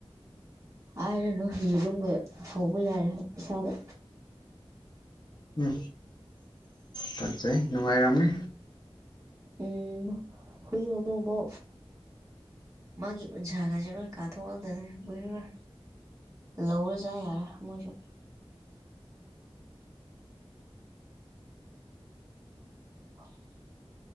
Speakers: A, on the right; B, on the left.
A: ꯑ ꯍꯥꯏꯔꯅꯨ ꯐꯤꯒꯨꯝꯕ ꯐꯧꯕ ꯌꯥꯔꯦ ꯏꯁꯥꯗ
B: ꯎꯝ ꯐꯠꯖꯦ ꯅꯨꯡꯉꯥꯏꯔꯝꯅꯤ
A: ꯎꯝ ꯍꯨꯏ ꯍꯨꯗꯐꯧ ꯃꯥꯒꯤ ꯎꯟꯁꯥꯒꯁꯦ ꯂꯣꯏ ꯀꯥꯊꯣꯛꯑꯗꯅꯏꯔ ꯂꯧꯔ ꯆꯥꯌꯔꯦ ꯃꯣꯏꯁꯨ ꯑ <unintelligible>